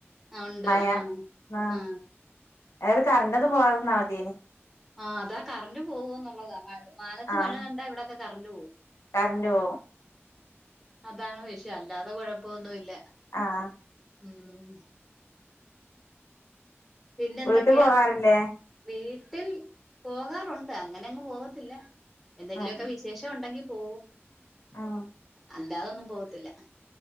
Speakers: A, in the centre; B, on the left.
A: ആ ഉണ്ട്
B: മഴ
A: ആ
B: അഹ
A: ആ
B: അര് കറണ്ട ഒന്ന് പോവാതിരുന്ന മതിന്
A: ആഹ അതാ കറണ്ട്റ് പോവൂ എന്നുള്ളതാ മാല മാനത്ത്
B: ആഹ്
A: മഴ കണ്ട ഇവിടക്കെ കറന്റ് പോകും.
B: കറണ്ട് പോവും
A: അതാണ് വിഷയം അല്ലാതെ കൊഴപ്പൊന്നുല്ല.
B: ആഹ്
A: ഉം പിന്നെന്തെക്കെയാ?
B: വീട്ട് പോകാറില്ലേ
A: വീട്ടിൽ പോകാറുണ്ട്. അങ്ങനെ അങ്ങ് പോകത്തില്ല. എന്തെങ്കിലൊക്കെ
B: ഏഹ്
A: വി വിശേഷം ഒണ്ടെങ്കി പോവും.
B: ആഹ്
A: അല്ലാതൊന്നും പോവത്തില്ല